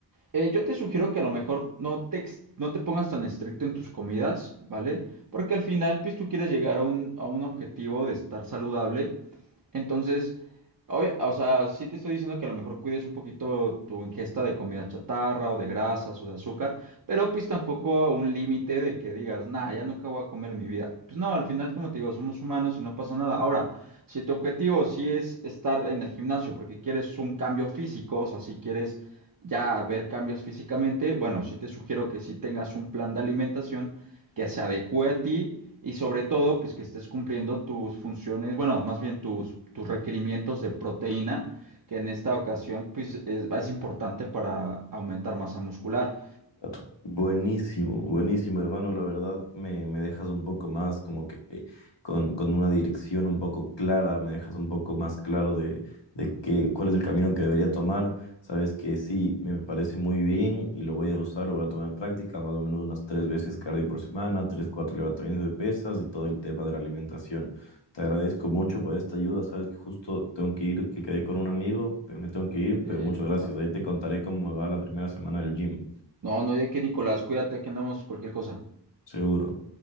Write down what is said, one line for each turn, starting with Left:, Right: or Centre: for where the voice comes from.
Right: Eh, yo te sugiero que a lo mejor no te, ex- no te pongas tan estricto en tus comidas, ¿vale? Porque al final, pues tú quieres llegar a un, a un objetivo de estar saludable. Entonces, obvia- o sea, sí te estoy diciendo que a lo mejor cuides un poquito tu ingesta de comida chatarra o de grasas o de azúcar, pero pues tampoco a un límite de que digas, nah, ya nunca voy a comer en mi vida. Pues no, al final, como te digo, somos humanos y no pasa nada. Ahora, si tu objetivo sí es estar en el gimnasio porque quieres un cambio físico, o sea, si quieres ya ver cambios físicamente, bueno, sí te sugiero que sí tengas un plan de alimentación que se adecue a ti y sobre todo, pues que estés cumpliendo tus funciones, bueno, más bien tus, tus requerimientos de proteína, que en esta ocasión, pues es, es importante para aumentar masa muscular.
Left: Claro. Buenísimo, buenísimo, hermano. La verdad me, me dejas un poco más como que eh, con, con una dirección un poco clara, me dejas un poco más claro de, de qué- cuál es el camino que debería tomar. Sabes que sí, me parece muy bien y lo voy a usar, lo voy a tomar en práctica, más o menos unas tres veces cardio por semana, tres, cuatro levantamientos de pesas y todo el tema de la alimentación. Te agradezco mucho por esta ayuda. Sabes que justo tengo que ir, que quedé con un amigo, pero me tengo que ir,
Right: Eh,
Left: pero muchas gracias.
Right: no,
Left: Ahí te contaré cómo me va la primera semana del gym.
Right: no, no hay de qué, Nicolás, cuídate, que andamos cualquier cosa.
Left: Seguro.